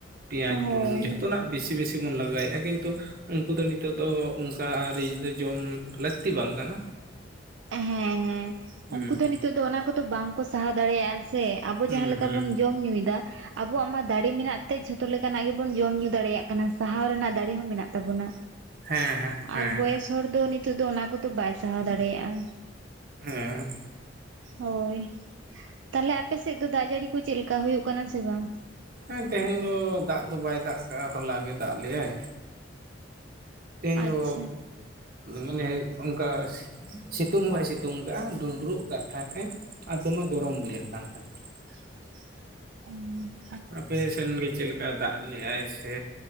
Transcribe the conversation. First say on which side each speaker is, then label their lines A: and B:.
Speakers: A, on the right; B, on the right.
A: ᱯᱮᱸᱭᱟᱡᱽ
B: ᱦᱳᱭ
A: ᱵᱩᱞᱩᱝ ᱡᱷᱚᱛᱚᱱᱟᱜ ᱵᱮᱥᱤ ᱵᱮᱥᱤ ᱢᱚᱱ ᱞᱟᱜᱟᱭ ᱟ ᱠᱤᱱᱛᱩ ᱩᱱᱠᱩ ᱫᱚ ᱱᱤᱛᱳᱜ ᱫᱚ ᱚᱱᱠᱟ ᱨᱤᱡ ᱫᱚ ᱡᱚᱢ ᱞᱟᱹᱠᱛᱤ ᱵᱟᱝ ᱠᱟᱱᱟ
B: ᱦᱮᱸ ᱦᱮᱸ
A: ᱦᱩᱸ
B: ᱩᱱᱠᱩ ᱫᱚ ᱱᱤᱛᱚᱜ ᱫᱚ ᱚᱱᱟ ᱠᱚᱫᱚ ᱵᱟᱝᱠᱚ ᱥᱟᱦᱟᱣ ᱫᱟᱲᱮᱭᱟᱜᱼᱟ ᱥᱮ ᱟᱵᱚ
A: ᱦᱩᱸ
B: ᱡᱟᱦᱟᱸ ᱞᱮᱠᱟ
A: ᱦᱩᱸ
B: ᱵᱩᱱ ᱡᱚᱢ ᱧᱩᱭᱮᱫᱟ ᱟᱵᱚᱣᱟᱜ ᱢᱟ ᱫᱟᱲᱮ ᱢᱮᱱᱟᱜ ᱛᱮ ᱡᱷᱚᱛᱚ ᱞᱮᱠᱟᱱᱟᱜ ᱜᱮᱵᱚᱱ ᱡᱚᱢᱼ ᱧᱩᱩ ᱫᱟᱲᱮᱭᱟᱜ ᱠᱟᱱᱟ ᱥᱟᱦᱟᱣ ᱨᱮᱱᱟᱜ ᱫᱟᱲᱮ ᱦᱚᱸ ᱢᱮᱱᱟᱜ ᱛᱟᱵᱚᱱᱟ
A: ᱦᱮᱸ ᱦᱮᱸ ᱦᱮᱸ
B: ᱟᱨ ᱵᱚᱭᱚᱥ ᱦᱚᱲ ᱫᱚ ᱱᱤᱛᱚᱜ ᱫᱚ ᱚᱱᱟ ᱠᱚᱫᱚ ᱵᱟᱭ ᱥᱟᱦᱟᱣ ᱫᱟᱲᱮᱭᱟᱜᱼᱟ
A: ᱦᱮᱸ
B: ᱦᱳᱭ ᱛᱟᱦᱚᱞᱮ ᱟᱯᱮᱥᱮᱫ ᱫᱚ ᱫᱟᱜ ᱡᱟᱹᱲᱤ ᱠᱚ ᱪᱮᱫ ᱞᱮᱠᱟ ᱦᱩᱭᱩᱜ ᱠᱟᱱᱟ ᱥᱮ ᱵᱟᱝ
A: ᱦᱮᱸ ᱛᱮᱦᱮᱧ ᱫᱚ ᱫᱟᱜ ᱫᱚ ᱵᱟᱭ ᱫᱟᱜ ᱠᱟᱜᱼᱟ ᱦᱚᱞᱟ ᱜᱮ ᱫᱟᱜ ᱞᱮᱫᱟᱭ ᱛᱮᱦᱮᱧ
B: ᱟᱪᱪᱷᱟ
A: ᱫᱚ ᱢᱟᱱᱮ ᱚᱱᱠᱟ ᱥᱤᱛᱩᱝ ᱦᱚᱸ ᱵᱟᱭ ᱥᱤᱛᱩᱝ ᱟᱠᱟᱫᱼᱟ ᱰᱩᱸᱰᱨᱩᱜ ᱠᱟᱜ ᱛᱟᱦᱮᱸ ᱟᱨ ᱫᱚᱢᱮ ᱜᱚᱨᱚᱢ ᱵᱩᱡᱷᱟᱹᱜ ᱠᱟᱱ ᱛᱟᱦᱮᱸᱼᱟ
B: <unintelligible>
A: ᱟᱯᱮ ᱥᱮᱱ ᱜᱮ ᱪᱮᱫ ᱞᱮᱠᱟ ᱫᱟᱜ ᱞᱮᱫᱟᱭ ᱥᱮ